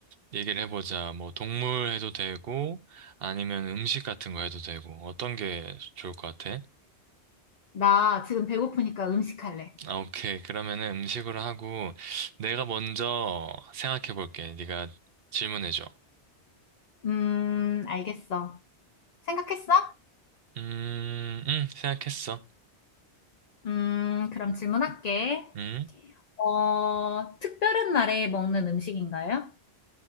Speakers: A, on the right (about 60°); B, on the left (about 45°).
A: 얘기를 해보자. 뭐, 동물 해도 되고, 아니면 음식 같은 거 해도 되고, 어떤 게 좋을 것 같아?
B: 나 지금 배고프니까 음식 할래.
A: 아, 오케이. 그러면은 음식으로 하고, 내가 먼저 생각해볼게. 네가 질문해줘.
B: 음, 알겠어. 생각했어?
A: 음, 음, 생각했어.
B: 음, 그럼 질문할게.
A: 음.
B: 어, 특별한 날에 먹는 음식인가요?